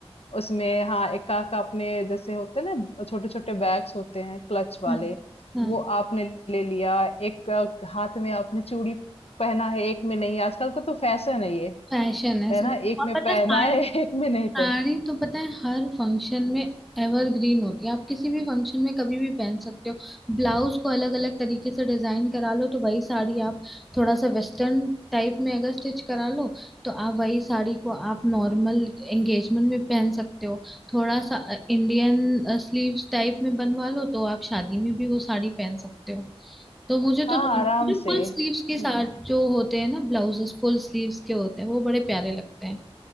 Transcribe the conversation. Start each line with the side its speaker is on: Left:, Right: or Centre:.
Left: उसमें हाँ एकाक अपने जैसे होते हैं ना छोटे छोटे बैग्स होते हैं क्लच वाले
Centre: हाँ हाँ
Left: वो आपने ले लिया, एक अ, हाथ में आपने चूड़ी पहना है, एक में नहीं, आजकल का तो फैशन है ये,
Centre: फैशन है
Left: है
Centre: सिर्फ
Left: ना? एक
Centre: और
Left: में
Centre: पता
Left: पहना
Centre: है साड़ी
Left: है, <laughs> एक में नहीं पहना
Centre: साड़ी तो पता है हर फंक्शन में एवरग्रीन होती है आप किसी भी फंक्शन में कभी भी पहन सकते हो ब्लाउज को अलग अलग तरीके से डिजाइन करा लो तो वही साड़ी आप थोड़ा सा वेस्टर्न टाइप में अगर स्टिच करा लो तो आप वही साड़ी को आप नॉर्मल एंगेजमेंट में पहन सकते हो थोड़ा सा इंडियन स्लीव्स टाइप में बनवा लो तो आप शादी में भी वो साड़ी पहन सकते हो तो मुझे तो
Left: हाँ,
Centre: दोनों
Left: आराम
Centre: मुझे
Left: से।
Centre: फुल स्लीव्स के साथ
Left: हुँ,
Centre: जो होते हैं ना ब्लाउजेस फुल स्लीव्स के होते हैं वो बड़े प्यारे लगते हैं